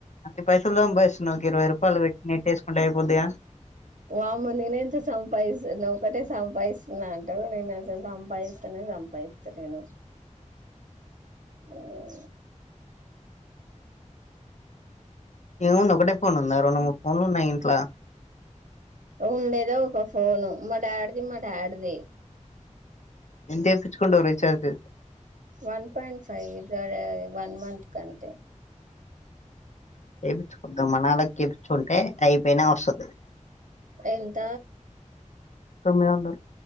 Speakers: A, on the left (about 65°); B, on the right (about 80°).
A: ఈ పైసలు సంపాయిస్సున్నావ్ ఒక ఇరవై రూపాయలు పెట్టి నెట్టు వేసుకుంటే అయిపోద్దిగా
B: వామ్మో నేనెంత సంపాదిస్తున ఒకటే సంపాదిస్తున్నావ్ అంటావ్ నేను అసలు సంపాదిస్తన్నా. సంపాయిత్తలేను ఓహ్
A: ఏముంది ఒకటే ఫోన్ ఉందా రెండు మూడు ఫోన్లు ఉన్నాయి ఇంట్లో
B: ఉండేదే ఒక ఫోను మా డాడ్ది మా డాడ్ ది
A: ఎంత వేపిచ్చుకుంటావ్ recharge
B: one point five <unintelligible> one month కు అంతే
A: ఏపిచ్చుకుందాం మనాలకి ఏపిచ్చుకుంటే అయిపోయినా వస్తది
B: ఎంత
A: తొమ్మిదొందలు